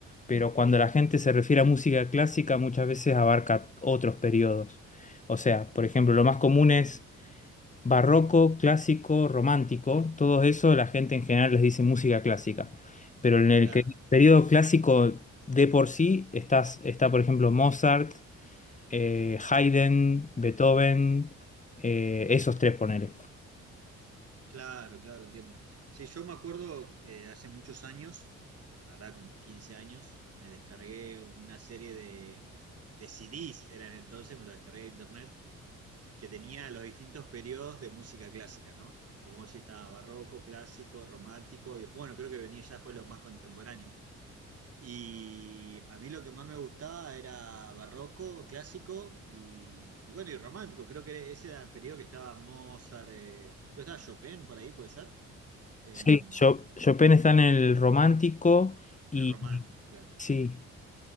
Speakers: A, on the left (about 25°); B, on the right (about 50°).
A: pero cuando la gente se refiere a música clásica muchas veces abarca otros periodos. O sea, por ejemplo, lo más común es barroco, clásico, romántico. Todo eso la gente en general les dice música clásica. Pero en el
B: Claro.
A: que- periodo clásico de por sí estás, está, por ejemplo, Mozart eh, Haydn, Beethoven, eh, esos tres, ponele.
B: Claro, claro, entiendo. Sí, yo me acuerdo eh, hace muchos años, hará como 15 años, me descargué una serie de, de CDs, eran entonces, me lo descargué de internet, que tenía los distintos periodos de música clásica, ¿no? Como vos decís, estaba barroco, clásico, romántico, y después, bueno, creo que venía ya fue lo más contemporáneo. Y a mí lo que más me gustaba era barroco, clásico y, y bueno, y romántico. Creo que ese era el periodo que estaba Mozart, eh, creo que estaba Chopin por ahí, ¿puede ser? en,
A: Sí, Cho- Chopin está en el romántico y
B: en el romántico, claro.
A: sí.